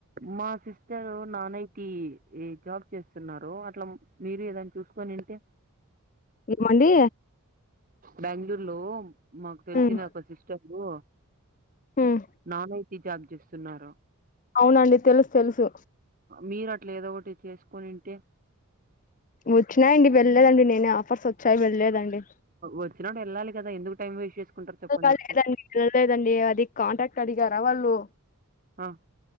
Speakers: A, on the right; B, on the left.
A: మా సిస్టర్ నానైటి జాబ్ చేస్తున్నారు అట్లా మీరు ఏదనా చూ చూసుకొనింటే
B: మందీ
A: బెంగళూరులో మాకు తెలిసిన
B: హ్మ్.
A: ఒక సిస్టరు
B: హ్మ్.
A: నానయిటి జాబ్ చేస్తున్నారు
B: అవునండి తెలుసు తెలుసు
A: మీరు ఏదో ఒకటి చేసుకొనింటే
B: వచ్చినాయండి. వెళ్లేదండి నేనే ఆఫర్స్ వచ్చాయి వెళ్ళలేదండి.
A: వచ్చినాక ఎల్లాలి కదా ఎందుకు టైం వేస్ట్ చేసుకుంటారు చెప్పండి
B: లేదండి
A: ఊరికే
B: వెలలేదండి అది కాంటాక్ట్ అడిగారా వాళ్ళు
A: ఆ